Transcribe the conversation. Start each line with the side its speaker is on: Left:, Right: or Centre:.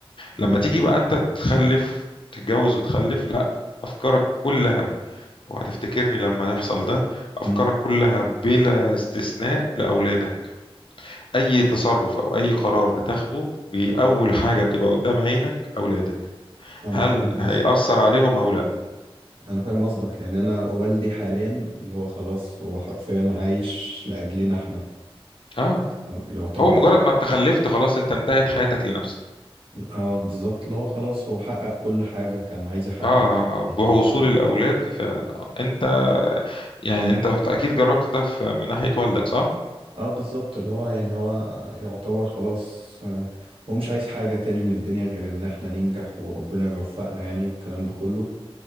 Right: مم.
Left: لما تيجي بقى أنت تخلف تتجوز وتخلف لا أفكارك كلها وهتفتكرني لما يحصل ده أفكارك
Right: مم.
Left: كلها بلا استثناء لأولادك أي تصرف أو أي قرار بتاخده بأول حاجة بتبقى قدام عينك أولادك
Right: انا
Left: هل
Right: فاهم قصدك
Left: هيأثر عليهم أو لا
Right: انا فاهم قصدك يعني انا والدي حاليا اللي هو خلاص هو حرفيا عايش لاجلنا احنا
Left: آه
Right: يعتبر
Left: هو مجرد
Right: حقق
Left: ما انت خلفت خلاص انت انتهت حياتك لنفسك
Right: اه بالظبط اللي هو خلاص هو حقق كل حاجة كان عايز يحققها
Left: اه آه،
Right: يعني
Left: بوصول الاولاد فعلا آه. انت يعني انت اكيد جربت ده في من ناحية والدك صح
Right: اه بالظبط اللي هو يعني هو يعتبر خلاص آه، هو مش عايز حاجة تاني من الدنيا غير ان احنا ننجح وربنا يوفقنا يعني والكلام ده كله